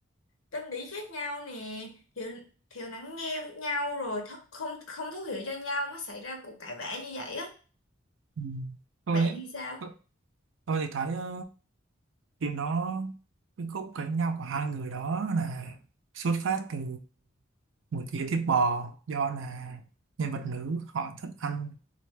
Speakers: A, on the left; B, on the right.
A: tâm lý khác nhau nè thiếu thiếu lắng nghe với nhau rồi th không không thấu hiểu cho nhau mới xảy ra cuộc cãi vã như vậy á
B: Ừ. Tôi,
A: bạn thì sao
B: tôi tôi thì thấy ờ, phim đó cái khúc cãi nhau của hai người đó là xuất phát từ một dĩa thịt bò do là nhân vật nữ họ thích ăn